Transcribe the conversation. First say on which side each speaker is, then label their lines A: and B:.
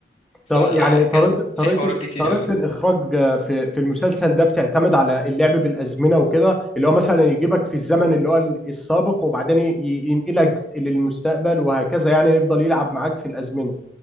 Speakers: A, on the left; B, in the centre.
A: فكان
B: طب يعني طريقة
A: في
B: طريقة
A: حوارات كتير
B: طريقة
A: قوي
B: الإخراج في في المسلسل ده بتعتمد على اللعب بالأزمنة وكده اللي هو مثلا يجيبك في الزمن اللي هو السابق وبعدين ي- ينقلك للمستقبل وهكذا يعني يفضل يلعب معاك في الأزمنة